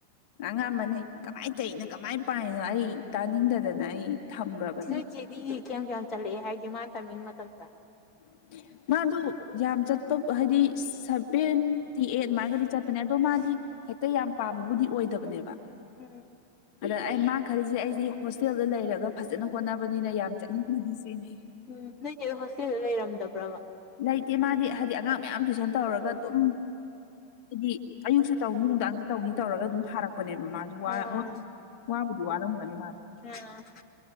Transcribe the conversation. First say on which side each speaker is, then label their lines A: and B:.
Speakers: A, on the left (about 45°); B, on the left (about 25°).
A: ꯉꯥꯡꯉꯑꯝꯕꯅꯤ ꯀꯃꯥꯏꯅ ꯇꯧꯏꯅꯣ ꯀꯃꯥꯏꯅ ꯄꯥꯏꯅ <unintelligible> ꯑꯩ ꯇꯥꯅꯤꯡꯗꯗꯅ ꯑꯩ ꯊꯝꯈ꯭ꯔꯕꯅꯦ
B: ꯅꯣꯏꯆꯦꯗꯤ ꯀꯌꯥꯝ ꯀꯌꯥꯝ ꯆꯠꯂꯛꯑꯦ ꯍꯥꯏꯒꯦ ꯃꯥꯅ ꯇꯝꯃꯤ ꯃꯇꯝꯗ
A: <unintelligible> ꯃꯥꯗꯣ ꯌꯥꯝ ꯆꯠꯄ ꯍꯥꯏꯗꯤ ꯁꯚꯦꯟꯇꯤ ꯑꯩꯠ ꯑꯗꯨꯃꯥꯏꯅꯗꯤ ꯆꯠꯄꯅꯦ ꯑꯗꯣ ꯃꯥꯗꯤ ꯍꯦꯛꯇ ꯌꯥꯝ ꯄꯥꯕꯕꯨꯗꯤ ꯑꯣꯏꯗꯕꯅꯦꯕ
B: ꯎꯝ ꯎꯝ
A: ꯑꯗ ꯑꯩ ꯃꯥꯡꯈꯜꯂꯤꯁꯤ ꯑꯩꯖꯤ ꯍꯣꯁꯇꯦꯜꯗ ꯂꯩꯔꯒ ꯐꯖꯅ ꯍꯣꯠꯅꯕꯅꯤꯅ ꯌꯥꯝ ꯆꯠꯅꯤꯡꯒꯝꯅꯤ ꯁꯤꯅꯤ
B: ꯎꯝ ꯅꯣꯏꯆꯦ ꯍꯣꯏ ꯍꯣꯁꯇꯦꯜꯗ ꯂꯩꯔꯝꯗꯕ꯭ꯔꯥꯕ
A: ꯂꯩꯇꯦ ꯃꯥꯗꯤ ꯍꯥꯏꯗꯤ ꯑꯉꯥꯡ ꯃꯌꯥꯝ ꯇꯨꯏꯁꯟ ꯇꯧꯔꯒ ꯑꯗꯨꯝ ꯍꯥꯏꯗꯤ ꯑꯌꯨꯛꯁꯨ ꯇꯧꯅꯤ ꯅꯨꯡꯗꯥꯡꯁꯨ ꯇꯧꯅꯤ ꯇꯧꯔꯒ ꯑꯗꯨꯝ ꯊꯥꯔꯛꯄꯅꯦꯕ ꯃꯥꯁꯨ ꯋꯥ
B: ꯑꯥ
A: ꯋꯥꯕꯗꯤ ꯋꯥꯕꯨꯗꯤ ꯋꯥꯔꯝꯒꯅꯤ ꯃꯥꯗꯤ
B: ꯑꯥ